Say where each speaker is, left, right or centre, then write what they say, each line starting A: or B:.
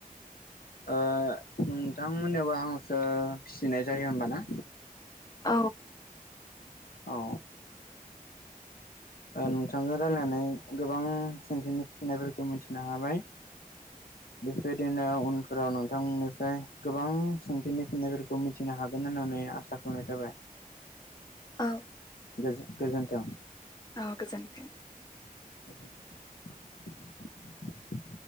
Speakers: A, on the left (about 80°); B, on the left (about 25°).
A: ओ नोंथांमोननियावबो हांसो फिसिनाय जायो होमबा ना?
B: औ।
A: औ। ओ नोंथांजों रायलायनानै गोबां सोंथिनि फिननायफोरखौ मिथिनो हाबाय। बेफोरदिनो उनफोराव नोंथांनिफ्राय गोबां सोंथिनि फिन्नायफोरखौ मिथिनो हागोन होननानै आसा खालामनाय थाबाय।
B: औ।
A: गोजो गोजोन्थों।
B: अ गोजोन्थों।
A: <inaudible>